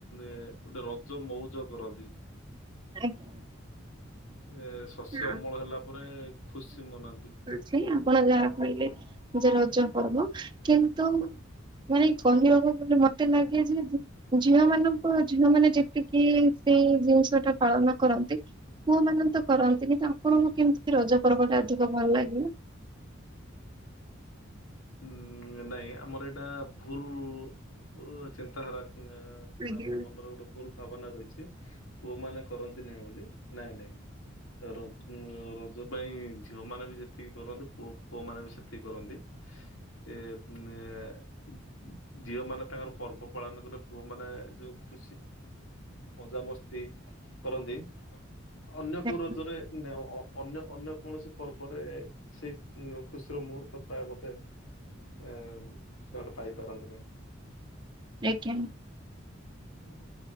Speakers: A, on the left; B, on the right.
A: ଏ ଗୋଟେ ରଜ ମଉଜ କରନ୍ତି
B: ଆପଣ?
A: ଏ ଶସ୍ୟ
B: ନା,
A: ଅମଳ ହେଲା ପରେ ଖୁସି ମନାନ୍ତି।
B: ସେଇ ଆପଣ ଯା କହିଲେ ଯେ ରଜ ପର୍ବ କିନ୍ତୁ ମାନେ କହିବାକୁ ମତେ ଲାଗେ ଯେ ଝିଅ ମାନଙ୍କ ଝିଅ ମାନେ ଯେତିକି ସେଇ ଜିନିଷ ଟା ପାଳନ କରନ୍ତି ପୁଅ ମାନେ ତ କରନ୍ତିନି ତାଙ୍କର କେମିତି ରଜ ପର୍ବ ଟା ଅଧିକ ଭଲ ଲାଗେ
A: ଉଁ ନାଇଁ ଆମର ଏଇଟା ଭୁଲ୍ ଅ ଚିନ୍ତାଧାରା ଏଁ। କିମ୍ବା
B: ଆଜ୍ଞା
A: ଆମ ମନରେ ଗୋଟେ ଭୁଲ୍ ଭାବନା ରହିଛି ପୁଅ ମାନେ କରନ୍ତି ନାଇଁ ବୋଲି ନାଇଁ ନାଇଁ। ର ଉଁ ରଜ ପାଇଁ ଝିଅମାନେ ବି ଯେତିକି କରନ୍ତି ପୁ ପୁଅମାନେ ବି ସେତିକି କରନ୍ତି। ଏ <inaudible> ଝିଅ ମାନେ ତାଙ୍କର ପର୍ବ ପାଳନ କଲେ ପୁଅ ମାନେ ଯୋଉ ଖୁସି ମଜାମସ୍ତି କରନ୍ତି ଅନ୍ୟ କୋଉ
B: ଆଜ୍ଞା
A: ରଜରେ ଏମିତି ଅ ଅନ୍ୟ ଅନ୍ୟ କୌଣସି ପର୍ବରେ ସେଇ ଉଁ ଖୁସିର ମୁହୂର୍ତ୍ତ ପ୍ରାୟ ବୋଧେ ଏ ସେମାନେ ପାଇ ପାରନ୍ତିନି।
B: ଆଜ୍ଞା।
A: ହୁଁ।